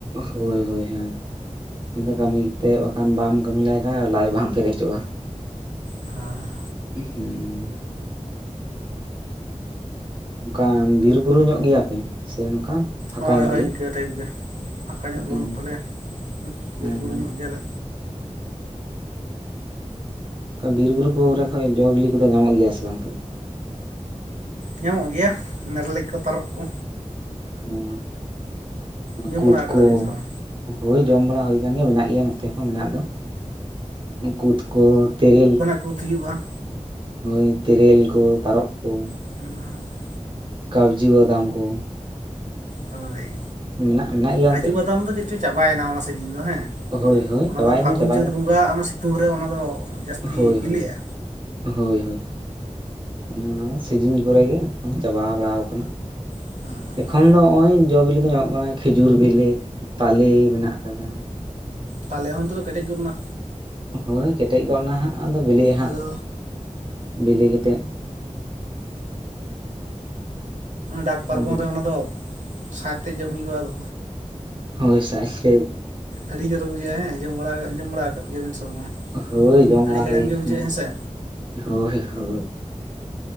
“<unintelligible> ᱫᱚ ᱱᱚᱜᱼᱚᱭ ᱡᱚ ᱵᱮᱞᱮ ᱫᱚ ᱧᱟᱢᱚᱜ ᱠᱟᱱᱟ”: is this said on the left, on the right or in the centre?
Right